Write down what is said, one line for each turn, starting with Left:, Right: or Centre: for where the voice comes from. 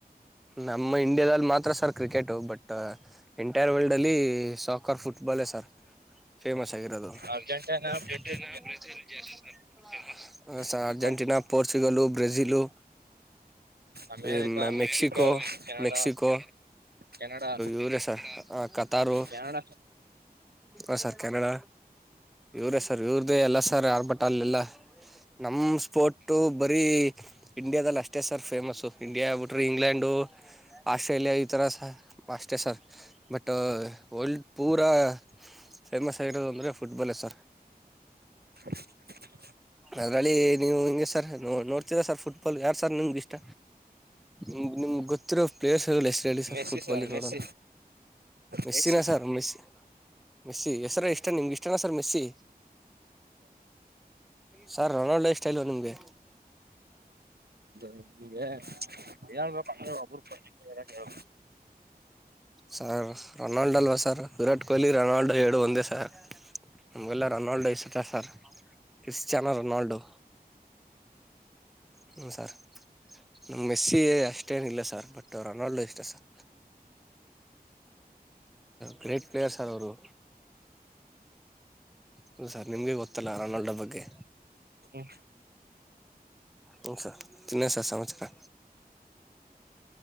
Centre: ನಮ್ಮ ಇಂಡಿಯಾದಲ್ಲಿ ಮಾತ್ರ sir cricket but entire world ಅಲ್ಲಿ ಸಾವಕರ್ ಫುಟ್ಬಾಲ್ ಲೇ ಸರ್ ಫೇಮಸ್ ಆಗಿರೋದು ಹೌದು
Right: Argentina
Centre: sir
Right: Brazil
Centre: Argentina Brazil ಆ ಆ ಆ sir
Right: football
Centre: Argentina Portugal Brazil
Right: ಅಮೇರಿಕಾ
Centre: ಎ ಮೆ ಮೆಕ್ಸಿಕೋ
Right: ಕೆನಡಾ
Centre: ಮೆಕ್ಸಿಕೋ
Right: ಕೆನಡಾ
Centre: ಇವರೆ ಸರ್ ಹ ಕತಾರು
Right: ಕೆನಡಾ
Centre: ಹ ಸರ್ ಕೆನಡ ಇವ್ರೇ ಸರ್ ಇವ್ರ್ದೇ ಎಲ್ಲ ಸರ್ ಆಲ್ ಬಟ್ ಅಲ್ಲಿ ಎಲ್ಲಾ ನಮ್ ಸ್ಪೋಟ್ ಬರೀ ಇಂಡಿಯಾದಲ್ಲಿ ಅಷ್ಟೇ ಸರ್ ಫೇಮಸ್ಸು ಇಂಡಿಯಾ ಆಗ್ಬಿಟ್ರಿ ಇಂಗ್ಲೆಂಡು ಆಸ್ಟ್ರೇಲಿಯಾ ಈ ತರ ಸ ಅಷ್ಟೇ ಸರ್ ಬಟ್ ವರ್ಲ್ಡ್ ಪೂರ ಫೇಮಸ್ ಆಗಿರೋದು ಅಂದ್ರೆ ಫುಟ್ಬಾಲೇ ಸರ್.
Right: <unintelligible>
Centre: ಅದರಲ್ಲಿ ನೀವು ಹಿಂಗೆ ಸರ್ ನ ನೋಡ್ತೀರಾ ಸರ್ ಫುಟ್ಬಾಲ್ ಯಾರು ಸರ್ ನಿಮ್ಗಿಷ್ಟ. ಮ ನಿಮ್ಗೆ ಗೊತ್ತಿರೋ ಪ್ಲೇರ್ಸ್ಗಳು ಎಷ್ಟು ಹೇಳಿ ಸರ್
Right: ಮೆಸ್ಸಿ
Centre: ಫುಟ್ಬಾಲಿಗೆ
Right: ಮೆಸ್ಸಿ
Centre: ನೋಡೋ ಮೆ್ಸಿನ
Right: ಮೆಸ್ಸಿ
Centre: ಸರ್ ಮೆಸ್ ಮೆಸ್ಸಿ ಹೆಸರು ಇಷ್ಟ ನಿಮ್ಗೆ ಇಷ್ಟನಾ sir Messi sir Ronaldo life ಸ್ಟೈಲ್ವಾ ನಿಮ್ಗೆ
Right: ಒಬ್ಬ ಹೇಳ್ಬೇಕು ಒಬ್ಬ್ರುದು ಹೇಳಬೇಕು
Centre: ಹ ಸರ್ ರೊನಾಲ್ಡೋ ಅಲ್ವಾ ಸರ್ ವಿರಾಟ್ ಕೊಹ್ಲಿ ರೊನಾಲ್ಡೋ ಎರಡು ಒಂದೇ ಸರ್ ನಮ್ಗೆಲ್ಲ ರೊನಾಲ್ಡೋ ಇಸತ್ತೆ ಸರ್ ಕ್ರಿಶ್ಾನೋ ರೊನಾಲ್ಡೊ ಹೂ ಸರ್ ನಮ್ ಮೆಸ್ಸಿ ಅಷ್ಟೇನ್ ಇಲ್ಲ ಸರ್ ಬಟ್ ರೊನಾಲ್ಡು ಇಷ್ಟ ಸರ್ ಗ್ರೇಟ್ ಪ್ಲೇಯರ್ ಸರ್ ಅವ್ರು ಹ ಸರ್ ನಿಮ್ಗೆ ಗೊತ್ತಲ್ಲ ರಾನೋಲ್ಡ ಬಗ್ಗೆ
Right: ಹೂ
Centre: ಹೂ ಸರ್ ಇಲ್ಲ ಸಾರ್ ಸಮಾಚಾರ